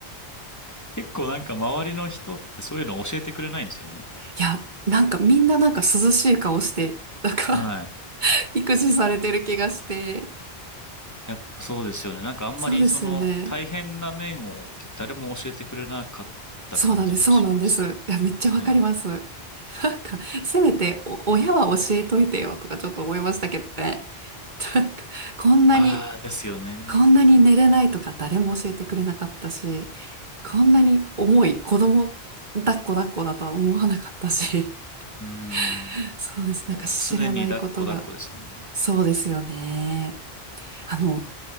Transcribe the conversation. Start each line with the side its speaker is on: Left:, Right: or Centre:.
Left: 結構なんか周りの人ってそういうの教えてくれないんですよね。
Right: いや、なんかみんななんか涼しい顔して、なんか
Left: はい。
Right: <laughs> 育児されてる気がして。
Left: やっぱそうですよね。なんかあんまりその大変な面を誰も教えてくれなかった感じがします。
Right: そうですよね。そうなんです、そうなんです。いや、めっちゃわかります。
Left: はい。
Right: なんか、せめてお親は教えといてよとかちょっと思いましたけどね。なんか、こんなに
Left: ああ、ですよね。
Right: こんなに寝れないとか誰も教えてくれなかったし、こんなに重い子供抱っこ抱っこだとは思わなかったし、
Left: うーん。
Right: <laughs> そうです。
Left: もう常に抱っこ抱っこですもんね。
Right: なんか知らないことが。そうですよね。あの、